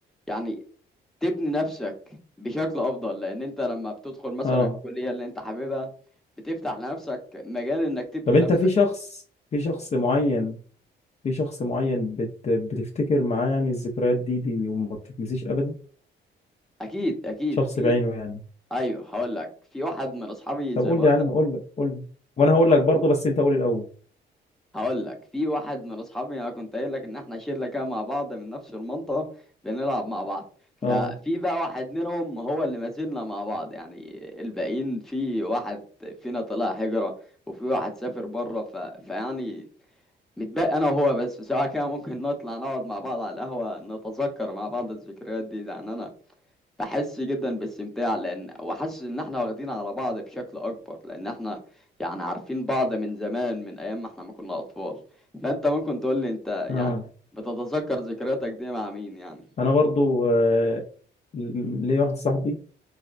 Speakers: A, in the centre; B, on the left (about 35°).
A: يعني تبني نفسك بشكل أفضل لأن أنت لما بتدخل مثلا
B: اه
A: الكلية اللي أنت حاببها بتفتح لنفسك مجال إنك تبني
B: طب انت
A: نفسك
B: في شخص في شخص معين في شخص معين بت... بتفتكر معاه يعني الذكريات دي, دي وما بتتنسيش ابدا
A: أكيد أكيد
B: شخص
A: في
B: بعينه يعني
A: أيوه هقول لك في واحد من أصحابي
B: طب
A: زي
B: قول
A: ما
B: لي
A: قلت
B: عنه قول لي قول لي وانا هقول
A: لك
B: لك برضه بس انت قول الاول
A: هقول لك في واحد من اصحابي انا كنت قايل لك ان احنا شله كده مع بعض من نفس المنطقه بنلعب مع بعض ففي
B: اه
A: بقى واحد منهم هو اللي ما زلنا مع بعض يعني الباقيين في واحد فينا طلع هجره وفي واحد سافر بره ف... فيعني متبقى انا وهو بس سواء كده ممكن نطلع نقعد مع بعض على القهوه نتذكر مع بعض الذكريات دي يعني انا بحس جدا باستمتاع لان وحاسس ان احنا واخدين على بعض بشكل اكبر لان احنا يعني عارفين بعض من زمان من ايام ما احنا ما كنا اطفال فانت ممكن تقول لي انت يعني
B: اه
A: بتتذكر ذكرياتك دي مع مين يعني
B: انا برضه آه... ليا واحد صاحبي